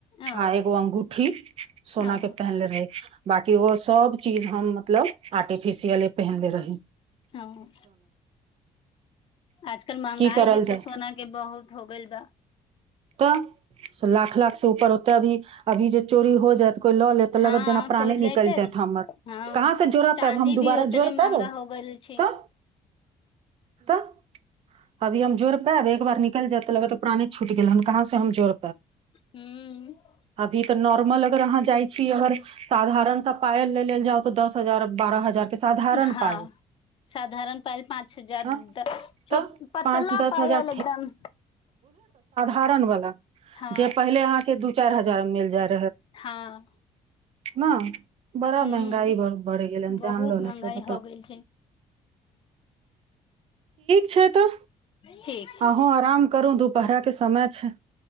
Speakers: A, on the left; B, on the right.
A: ओ
B: आ एगो अंगूठी सोना
A: ओ
B: के पहनले रहली। बाकी ओ सब चीज हम मतलब आर्टिफिसियल। सआे पहने रहे।
A: हँ। आजकल महंगाई
B: की करल
A: भी
B: जाय
A: तऽ सोना के बहुत हो गेल बा।
B: तऽ लाख लाख से ऊपर होतै अभी अभी जे चोरी हो जात। ल ल
A: हँ
B: ल जेना प्राणे
A: कोइ लेतै
B: निकल जात हमर
A: हँ
B: कहाँ से जोड़ायब
A: चाँदी
B: हम दुबारा
A: भी उतने
B: जोड़
A: महंगा
B: पब
A: हो गेल छै
B: त। तऽ अभी हम जोरपैब एक बार निकल जाय त लग तऽ पाने छुट गेल। कहाँ से हम जोड़।
A: हूँ
B: अभी त नॉर्मल अगर अहाँ जाइ। गर साधारण पायल ले जात द दस। हजार बारह हजार के साधारण
A: हँ
B: पायल
A: साधारण पायल पाँच हजार
B: हँ तऽ
A: पतला
B: पाँच दस
A: पायल
B: हजार
A: एकदम।
B: परन वाला
A: हँ
B: जे पहिले आहा के दु चार। ार हजार मिल जायै।
A: हँ।
B: नहि। बड़ा
A: हूँ
B: महंगाई बढ़ गेलै
A: बहुत
B: जानलो
A: महंगाई
B: बता।
A: हो गेल छै
B: छै तऽ
A: ठीक। छै
B: अहूँ आराम करू दुपहराके समय छै।